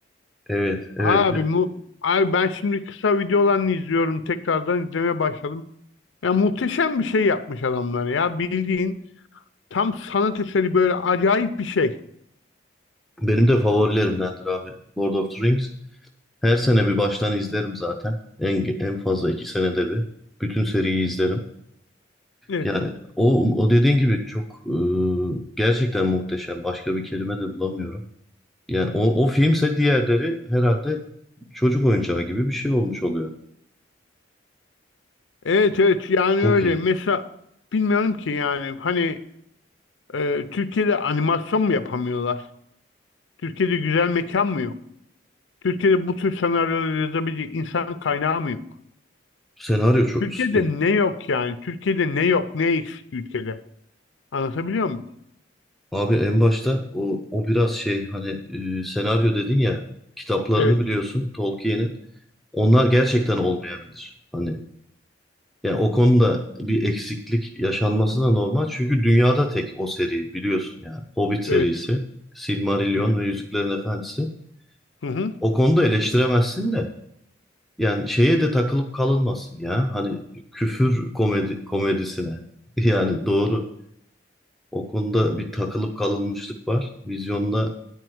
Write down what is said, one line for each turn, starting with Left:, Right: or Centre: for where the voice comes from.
Centre: Evet evet
Left: Abi
Centre: Be-
Left: mu abi ben şimdi kısa videolarını izliyorum. Tekrardan izlemeye başladım. Ya muhteşem bir şey yapmış adamlar ya. Bildiğin tam sanat eseri böyle acayip bir şey.
Centre: benim de favorilerimdendir abi Lord of the Rings. Her sene bir baştan izlerim zaten. En, en fazla iki senede bir. Bütün seriyi izlerim.
Left: Evet.
Centre: Yani o, o dediğin gibi çok e, gerçekten muhteşem. Başka bir kelime de bulamıyorum. Yani o, o filmse diğerleri herhalde çocuk oyuncağı gibi bir şey olmuş oluyor.
Left: Evet evet yani
Centre: Çok
Left: öyle.
Centre: iyi.
Left: Mesela bilmiyorum ki yani hani e, Türkiye'de animasyon mu yapamıyorlar? Türkiye'de güzel mekan mı yok? Türkiye'de bu tür senaryoları yazabilecek insan kaynağı mı yok?
Centre: Senaryo çok...
Left: Türkiye'de
Centre: e,
Left: ne yok yani? Türkiye'de ne yok? Ne eksik ülkede? Anlatabiliyor muyum?
Centre: Abi en başta o, o biraz şey hani e, senaryo dedin ya kitaplarını
Left: Evet.
Centre: biliyorsun Tolkien'in. Onlar gerçekten olmayabilir. Hani yani o konuda bir eksiklik yaşanması da normal. Çünkü dünyada tek o seri biliyorsun yani. Hobbit serisi,
Left: Evet.
Centre: Silmarillion
Left: Evet.
Centre: ve Yüzüklerin Efendisi.
Left: Hı hı.
Centre: O konuda eleştiremezsin de yani şeye de takılıp kalınmasın ya. Hani küfür komedi komedisine. <laughs> Yani doğru. O konuda bir takılıp kalınmışlık var. Vizyonda